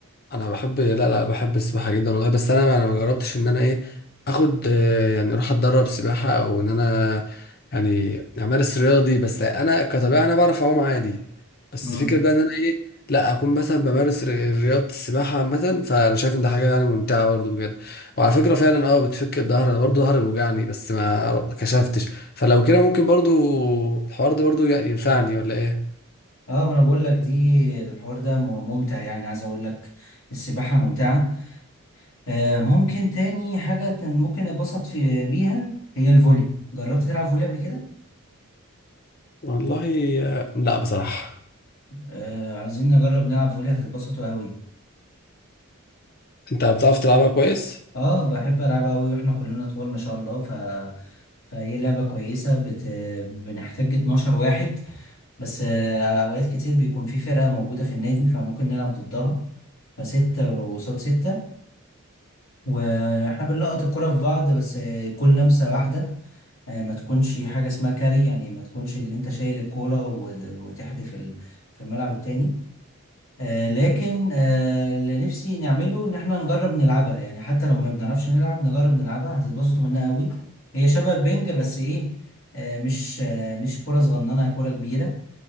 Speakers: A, on the left (about 45°); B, on the left (about 75°).
A: انا بحب لا لا بحب السباحه جدا والله بس انا ما انا ما جربتش ان انا ايه اخد آه، يعني اروح اتدرب سباحه او ان انا يعني امارس الرياضه دي بس انا كطبيعه انا بعرف اعوم عادي بس
B: امم
A: فكره بقى ان انا ايه لا اكون مثلا بمارس ر- رياضه السباحه عامه فانا شايف ان ده حاجه يعني ممتعه برضو بجد وعلى فكره فعلا اه بتفك الظهر انا برضو ظهري بيوجعني بس ما ما كشفتش فلو كده ممكن برضو الحوار ده برضو ينفعني ولا ايه
B: اه ما أنا بقول لك دي الحوار ده م- ممتع يعني عايز أقول لك السباحة ممتعة آه ممكن تاني حاجة تن- ممكن اتبسط في بيها هي الفولي جربت تلعب فولي قبل كده؟
A: والله آه، لا بصراحه
B: آه عايزين نجرب نلعب فولي هتتبسطوا أوي
A: انت بتعرف تلعبها كويس
B: اه بحب العب قوي واحنا كلنا طوال ما شاء الله ف فهي لعبة كويسة بت... بنحتاج 12 واحد بس آه، اوقات كتير بيكون في فرقة موجودة في النادي فممكن نلعب ضدها فستة وقصاد ستة واحنا بنلقط الكرة في بعض بس يكون لمسة واحدة آه، ما تكونش حاجة اسمها كاري يعني ما تكونش اللي انت شايل الكورة وت- وتحدف ال- في الملعب التاني آه، لكن آه، اللي نفسي نعمله ان احنا نجرب نلعبها يعني حتى لو ما بنعرفش نلعب نجرب نلعبها هتتبسطوا منها قوي هي شبه البنج بس ايه آه، مش آه، مش كرة صغننة هي كرة كبيرة